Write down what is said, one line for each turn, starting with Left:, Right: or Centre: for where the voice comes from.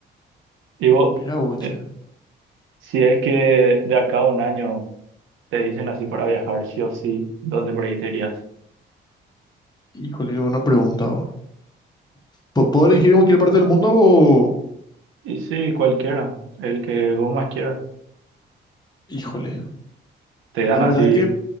Right: Tipo,
Left: Mira, boche.
Right: eh, si es que de acá a un año te dicen así para viajar, sí o sí, ¿dónde por ahí te irías?
Left: Híjole, qué buena pregunta, ¿Pu- ¿Puedo elegir en cualquier parte del mundo o...?
Right: Y sí, cualquiera, el que vos más quieras.
Left: Híjole,
Right: Te dan
Left: la
Right: así
Left: verdad que...